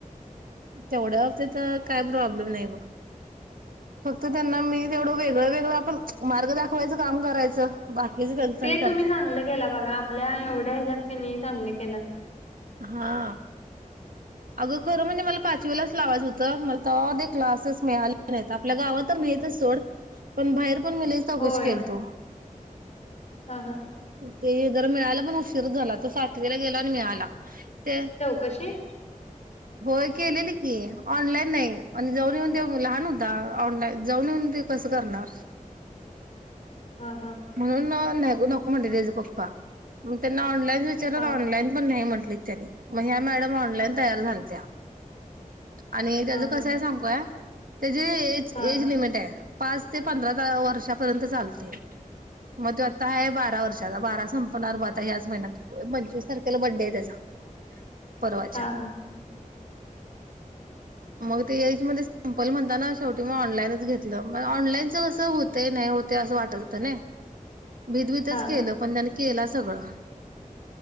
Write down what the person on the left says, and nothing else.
ते
तुम्ही चांगलं गेला बघा आपल्या एवढ्या ह्याच्यात क नाही चांगले केला.
होय
हा हा
कसे
हा हा
हा
हा
हा
हा
<inaudible>
हा हा
<inaudible>
हा